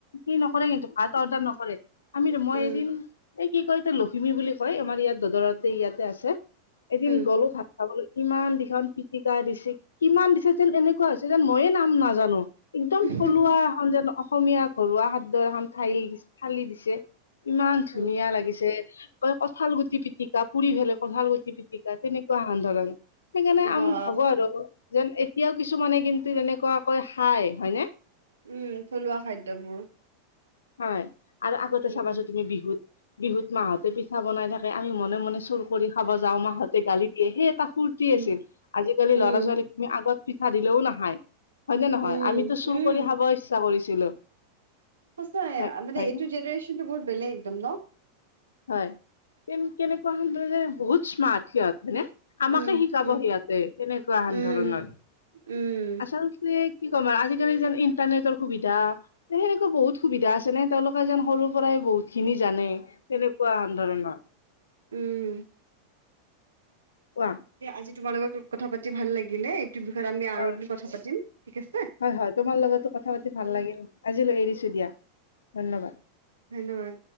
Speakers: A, on the left (about 70°); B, on the right (about 70°).
A: সেই নকৰে কিন্তু ভাত অৰ্ডাৰ নকৰে আমি মই
B: উম
A: এদিন এই কি কয় এতিয়া লখিমী বুলি কয় আমাৰ ইয়াত দদৰতে ইয়াতে আছে এদিন
B: উম
A: গ'লো ভাত খাবলৈ ইমান দিখন পিটিকা দিছে কিমান দিছে যেন এনেকুৱা হৈছে যেন মইয়ে নাম নাজানো একদম
B: উম
A: থলুৱা এখন জানো অসমীয়া ঘৰুৱা খাদ্যৰ এখন ঠাই থালি দিছে ইমান ধুনীয়া
B: উম
A: লাগিছে ক ক কথালগুটি পিটিকা পুৰি ভেলে কথালগুটি পিটিকা তেনেকুৱা হান ধৰণ সেইকাৰণে
B: বা
A: আমি হ'ব আৰু যেন এতিয়াও কিছুমানে কিন্তু তেনেকুৱাকৈ খাই হয়নে
B: উম থলুৱা খাদ্যবোৰ
A: হয় আৰু আগতে
B: উম
A: চাবাচো তুমি বিহুত বিহুত মাহতে পিঠা বনাই থাক আমি মনে মনে চুৰ কৰি খাব যাওঁ মাহত তে গালি দিয়ে সেই এটা ফূুৰ্তি
B: উম
A: আছিল আজিকালি
B: উম
A: ল'ৰা ছোৱালীক তুমি আগত পিঠা দিলেও নাখায় হয় নে নহয়
B: উম
A: আমিতো চুৰ
B: উম
A: কৰি খাব ইচ্ছা কৰিছিলো
B: সঁচাই
A: হয়
B: মানে
A: হয়নে
B: এইটো জেনেৰেশচনতটো বহুত বেলেগ একদম ন
A: হয় কেনেকুৱা হ যে বহুত স্মাৰ্ট সিহঁত মানে আমাকে
B: উম
A: শিকাব
B: উম
A: সিয়তে তেনেকুৱা
B: উম
A: আন ধৰণৰ
B: উম
A: আচল যে কি ক'ম আৰু আজিকালি যেন ইণ্টাৰনেটৰ সুবিধা তে সেনেকুৱা বহুত সুবিধা আছে নে তেওঁলোকে যেন সৰুৰ পৰাই বহুত খিনি জানে কোৱা সন্দৰণত
B: উম উম
A: কোৱা
B: যে আজি তোমাৰ লগত কথা পাতি ভাল লাগিলে আমি আৰু
A: অ
B: কথা পাতিম ঠিক আ
A: হয় হয় তোমাৰ লগতো কথা পাতি ভাল লাগিল আজিলৈ এৰিছো দিয়া ধন্যবাদ
B: ধন্যবাদ